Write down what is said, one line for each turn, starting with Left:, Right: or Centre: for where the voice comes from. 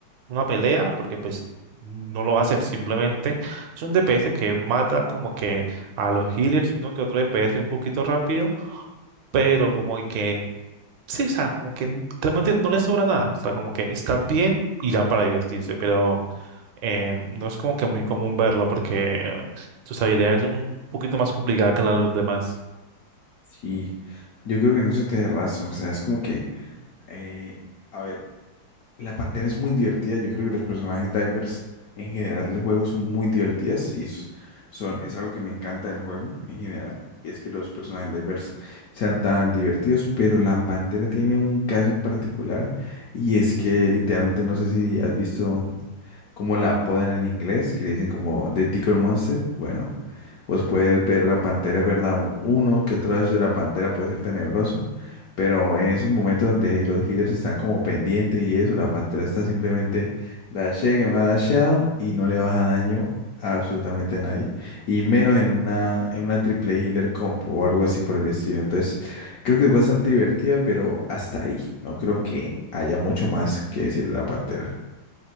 Right: una pelea porque pues no lo va a hacer simplemente. Es un DPS que mata como que a los healers y uno que otro DPS un poquito rápido pero como de que, sí, o sea, como que n- realmente no le sobra nada, o sea, como que está bien y ya para divertirse, pero eh, no es como que muy común verlo porque eh, sus habilidades son un poquito más complicadas que las de los demás.
Left: Sí, yo creo que en eso te razón. O sea, es como que, eh, a ver, la pantera es muy divertida. Yo creo que los personajes divers en general del juego son muy divertidas y s- son, es algo que me encanta del juego en general. Y es que los personajes divers sean tan divertidos, pero la pantera tiene un caso en particular y es que literalmente no sé si has visto. como la apodan en inglés, que le dicen como The Tickle Monster. Bueno, vos puedes ver a la pantera, es verdad, un- uno que otro dash de la pantera puede ser tenebroso, pero en esos momentos donde los healers están como pendientes y eso, la pantera está simplemente dashé que no ha dashado y no le baja daño a absolutamente nadie. Y menos en una, en una triple healer comp o algo así por el estilo. Entonces, creo que es bastante divertida, pero hasta ahí. No creo que haya mucho más que decir de la pantera.